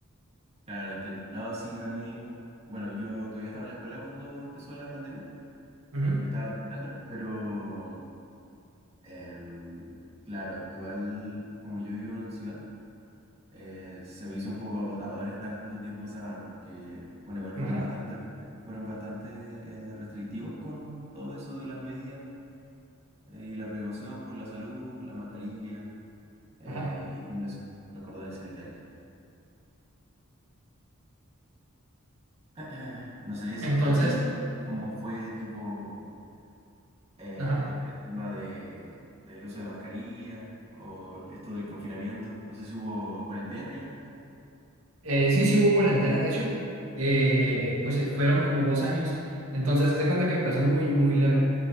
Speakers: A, on the right; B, on the right.
A: Claro, entiendo. No, sí, a mí, bueno, yo todavía estaba en la escuela cuando empezó la pandemia,
B: Ujú.
A: estaba terminándola, pero em, claro, igual como yo vivo en ciudad, eh, se me hizo un poco agotador estar tanto tiempo encerrado, porque, bueno, igual
B: Ajá,
A: fueron bastante, fueron bastante eh, restrictivos con todo eso de las medidas eh, y la precaución por la salud, la mascarilla eh,
B: ajá.
A: y todo eso, los cordones sanitarios. <clears throat> No sé si
B: Entonces,
A: a ti, ¿cómo fue tipo... eh,
B: ajá.
A: el tema de, del uso de mascarilla o esto del confinamiento. No sé si hubo cuarentena ya.
B: Eh, sí, sí hubo cuarentena, de hecho. Eh, pues eh, fueron como dos años. Entonces, hace cuenta que empezó muy, muy leve.